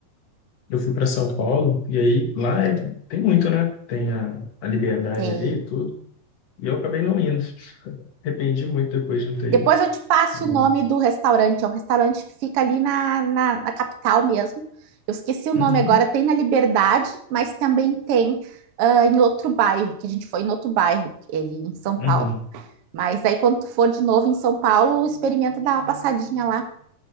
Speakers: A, on the left; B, on the right.
A: eu fui para São Paulo, e aí lá é, tem muito, né? Tem a, a liberdade
B: tem
A: ali e tudo. E eu acabei não indo. Arrependi muito depois de não ter
B: Depois
A: ido.
B: eu te passo
A: Nossa.
B: o nome do restaurante. É um restaurante que fica ali na, na, na capital mesmo. Eu esqueci o
A: Uhum,
B: nome agora. Tem na Liberdade, mas também tem ah, em outro bairro, que a gente foi em outro bairro, ele em São Paulo.
A: uhum.
B: Mas aí quando tu for de novo em São Paulo, experimenta dar uma passadinha lá.